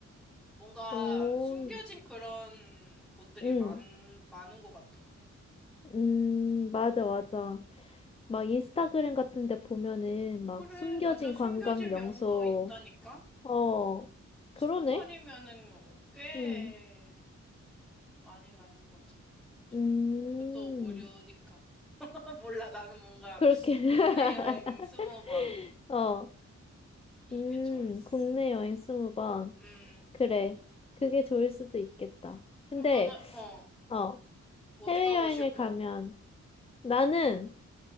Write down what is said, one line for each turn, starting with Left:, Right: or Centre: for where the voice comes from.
Centre: 뭔가
Left: 오,
Centre: 숨겨진 그런 곳들이
Left: 응,
Centre: 많, 많은 것 같더라고.
Left: 음, 맞아, 맞아. 막 인스타그램 같은 데 보면은 막
Centre: 그래,
Left: 숨겨진
Centre: 맞아. 숨겨진
Left: 관광 명소,
Centre: 명소 있다니까?
Left: 어,
Centre: 스무
Left: 그러네?
Centre: 번이면은 꽤
Left: 응,
Centre: 많이 가는 거지, 엄청.
Left: 음,
Centre: 그것도 무료니까. <laughs> 몰라, 나는 뭔가
Left: 그렇게. <laughs>
Centre: 국내 여행 스무 번
Left: 어,
Centre: 이게
Left: 음,
Centre: 좋았어.
Left: 국내 여행 스무 번.
Centre: 음,
Left: 그래. 그게 좋을 수도 있겠다.
Centre: 그럼
Left: 근데,
Centre: 너는, 어.
Left: 어,
Centre: 어디
Left: 해외여행을
Centre: 가고 싶어?
Left: 가면 나는,